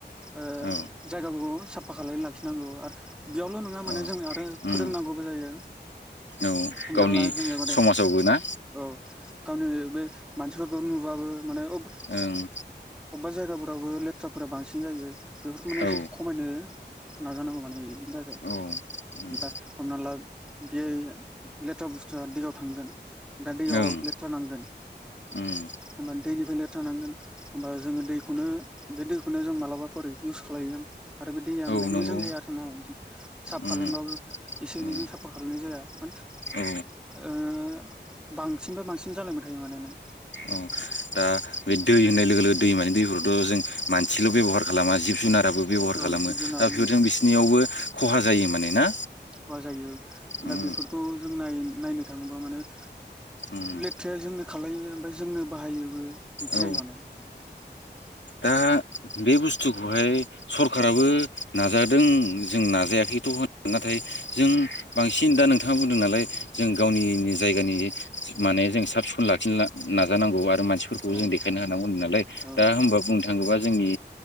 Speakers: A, in the centre; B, on the left.
A: ओ
B: औ
A: जायगा खौ साफा खालायना लाखिनांगौ आरो बेयावल' नंङा माने
B: औ
A: जों आरो फोरोंनांगौबो
B: उम
A: जायो।
B: औ
A: हमना
B: गावनि
A: ला जोंङो माने
B: समाजावबो ना
A: औ गावनि बे मानसिफोरखौ नुबाबो माने अब
B: ओं
A: अबेबा जायगाफोरावबो लेथ्राफोरा बांसिन जायो बेफोरखो माने
B: औ
A: एसे खमायनो नाजानांगौ माने इनि थाखाय
B: औ उम
A: दा हमना ला बे लेथ्रा बुस्थुया दैयाव थांगोन दा दैयाव
B: ओं
A: लेथ्रा नांगोन
B: उम
A: होमबा दैनिफ्राय लेथ्रा नांगोन होमबा जोंङो दैखौनो बे दैखौनो जों मालाबाफोर इउस खालायगोन आरो बे दैया
B: औ
A: माने
B: नंगौ
A: मोजां जाया आरो ना इदि साफा
B: उम
A: खालायमबाबो इसे
B: उम
A: एनैजों साफा खालायनाय जाया माने
B: औ
A: ओ बांसिनबा बांसिन जालांबाय थायो माने नों
B: औ दा बे दै होननाय लोगो लोगो दै मानि दैफोरखौथ जों मानसिल' बेबहार खालामा जिब जुनाराब बो बेबहार
A: औ
B: खालामो
A: जिब जुनार
B: दा बिफोरजों बिसिनियावबो खहा जायो माने ना
A: खहा जायो
B: उम
A: दा बेफोरखौ जों नायो नायनो थांङोबा माने ओ
B: उम
A: लेथ्राया जोंनो खालायो ओमफाय जोंनो बाहायोबो बिदि
B: औ
A: जायो माने
B: दा बे बुस्थुखौहाय सरखाराबो नाजादों जों नाजायाखैथ' होन नाथाय जों बांसिन दा नोंथाङा बुंदों नालाय जों गावनिनि जायगानि माने जों साब सिखोन लाखिन नाजानांगौ आर दा मानसिफोरखौबो
A: औ
B: देखायनो हानांगौ होनदो नालाय
A: औ
B: दा होमबाब बा जोंनि